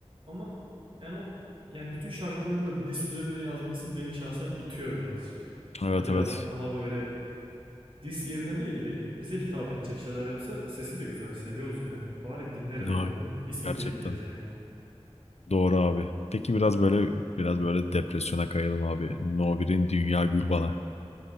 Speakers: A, on the right; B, on the left.
A: Ama yani o yani bütün şarkılarını da diss üzerine yazması beni şahsen itiyor birazcık.
B: Evet
A: Yani birazcık
B: evet.
A: daha böyle Dis yerine değil de bize hitap edecek şeyler yapsa sesi de güzel seviyoruz yani. Bari dinleriz
B: Ya,
A: anladın mı? Dis
B: gerçekten.
A: mi dinleyeceğiz yani?
B: Doğru abi. Peki biraz böyle biraz böyle depresyona kayalım abi. No 1'in Dünya Gül Bana.